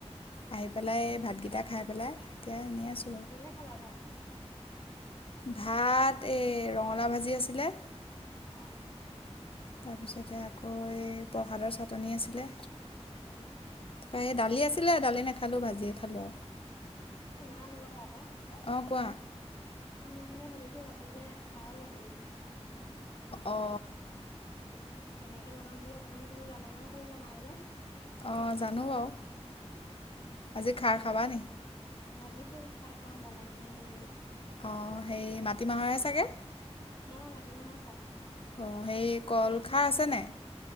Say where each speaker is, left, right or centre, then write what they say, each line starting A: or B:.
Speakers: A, on the left; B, on the left.
A: আহি খ পেলাই ভাতকেইটা খাই পেলাই এতিয়া এনে আছো
B: কিহে খেলা ভাত
A: ভাত এই ৰঙালা ভাজি আছিলে
B: অ
A: তাৰপিছতে আকৌ এই প্ৰসাদৰ চাটনি আছিলে
B: অ
A: তাৰপ দালি আছিলে দালি নেখালোঁ ভাজিয়ে খালোঁ আৰু
B: উম শুনা কবথা এটা
A: অ কোৱা
B: মই মানে ভাবিছো ৰাতিলে খাৰ বনাম
A: অ
B: কেনেকে বনাম হলো অকনমান তুমি জানা নহয় চাগে বনাবলে
A: অ জানো বাৰু
B: উম
A: আজি খাৰ খাবা নি
B: ভাবিছো খাই চাওঁ বনাই মনে নিদে
A: অঁ হেৰি মাটিমাহৰহে চাগে
B: আহ মাটিমাহৰ খ
A: অঁ সেই কল
B: খোৱা আহ
A: খাৰ
B: অকমান
A: আছে নাই